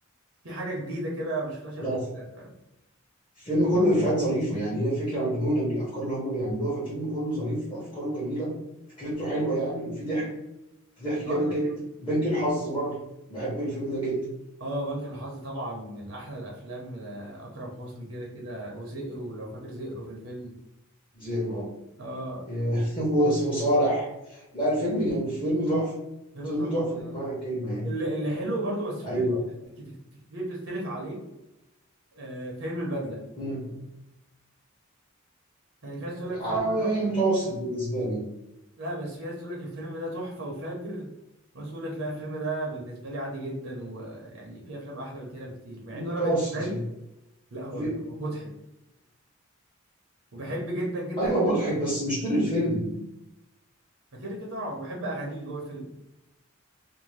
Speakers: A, on the right (about 70°); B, on the left (about 25°).
A: في حاجة جديدة كده ما شفتهاش قبل
B: لا
A: كده فاهم
B: الفيلم كله افيهات ظريفه يعني هي فكره مجنونه من الافكار اللي هم بيعملوها فالفيلم كله ظريف وافكاره جميله فكرته حلوه يعني وفي ضحك في ضحك جامد
A: اه كده
B: جدا
A: كده
B: بنك الحظ برضه بحب الفيلم ده جدا
A: اه بنك الحظ طبعا من أحلى الأفلام آه، أكرم حسني كده كده وزئرو لو فاكر زئرو في الفيلم
B: زي
A: اه
B: <laughs> وصالح لا الفيلم جميل الفيلم تحفة
A: فيلم
B: الفيلم
A: تحفة
B: تحفة
A: بصراحة
B: بمعنى الكلمة يعني
A: اللي اللي حلو برضه بس في
B: أيوه
A: ناس كت- كت- كتير بتختلف عليه آه فيلم البدلة
B: مم.
A: يعني في ناس تقول لك الفيلم
B: آه،
A: ده تحفة
B: متوسط بالنسبة لي
A: لا بس في ناس تقول لك الفيلم ده تحفة وفاجر وناس تقول لك لا الفيلم ده بالنسبة لي عادي جدا ويعني في أفلام أحلى من كده بكتير مع
B: متوسط
A: إنه أنا بالنسبة لي
B: يعني
A: لا هو
B: في...
A: باين هو مضحك وبحب جدا جدا
B: أيوه
A: أغانيه
B: مضحك بس مش طول الفيلم
A: ما كده كده طبعا وبحب أغانيه جوه الفيلم